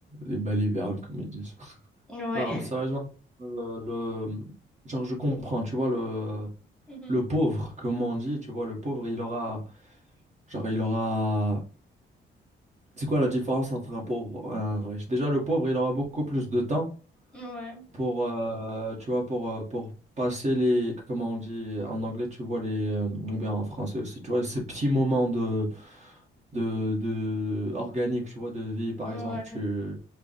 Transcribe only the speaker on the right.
des balivernes, comme ils disent.
Non, mais sérieusement,
euh, le, genre, je comprends, tu vois, le,
le pauvre, comme on dit, tu vois, le pauvre, il aura, genre, il aura, c'est quoi la différence entre un pauvre et un riche? Déjà, le pauvre, il aura beaucoup plus de temps
pour, euh, tu vois, pour, euh, pour passer les, comment on dit, en anglais, tu vois, les, euh, ou bien en français aussi, tu vois, ces petits moments de, de, de, organique, tu vois, de vie, par
exemple, tu,